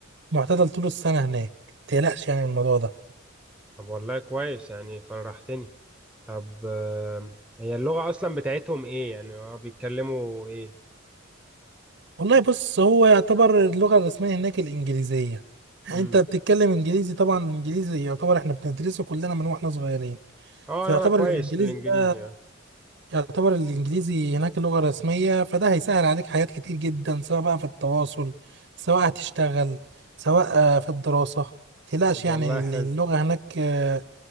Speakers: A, on the right; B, in the centre.
A: معتدل طول السنة هناك متقلقش يعني من الموضوع ده
B: طب والله كويس يعني فرحتني طب آه، هي اللغة اصلا بتاعتهم ايه يعني هو بيتكلموا ايه
A: والله بص هو يعتبر اللغة الرسمية هناك الإنجليزية يعني
B: مم.
A: انت بتتكلم انجليزي طبعا الانجليزي يعتبر احنا بندرسه كلنا من واحنا صغيرين
B: اه
A: فيعتبر
B: لا، انا كويس
A: الانجليزي
B: في الانجليزي
A: ده
B: يعني.
A: يعتبر الإنجليزي هناك اللغة الرسمية فده هيسهل عليك حاجات كتير جدا سواء بقى في التواصل سواء هتشتغل سواء آه، في الدراسة متقلقش
B: طب
A: يعني
B: والله حلو
A: اللغة هناك آه،